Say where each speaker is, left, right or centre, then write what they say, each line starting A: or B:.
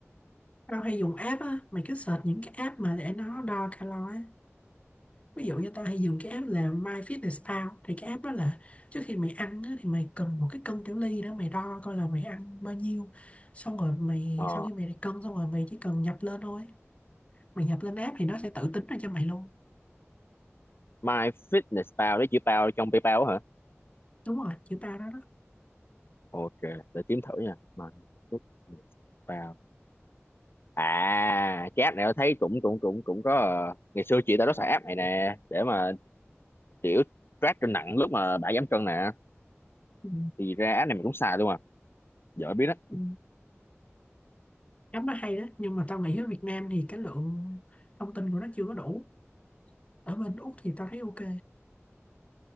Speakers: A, on the left; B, on the left.
A: tao hay dùng app á mày cứ search những cái app mà để nó đo calo á ví dụ như tao hay dùng cái app là MyFitnessPal thì cái app đó là trước khi mày ăn á, thì mày cần một cái cân tiểu ly đó mày đo coi là mày ăn bao nhiêu xong rồi mày
B: ờ
A: sau khi mày đã cân xong rồi mày chỉ cần nhập lên thôi mày nhập lên app thì nó sẽ tự tính ra cho mày luôn
B: My Fitness Pal đấy chữ pal trong PayPal hả
A: đúng rồi chữ ba đó đó
B: ok để kiếm thử nha My Fitness Pal à cái app này tao thấy cũng cũng cũng cũng có ờ, ngày xưa chị tao nó xài app này nè để mà kiểu track cân nặng lúc mà đã giảm cân nè
A: Ừ.
B: thì ra app này mình cũng xài luôn à giờ mới biết đó
A: ừ. app nó hay đó nhưng mà tao nghĩ ở Việt Nam thì cái lượng thông tin của nó chưa có đủ ở bên Úc thì tao thấy ok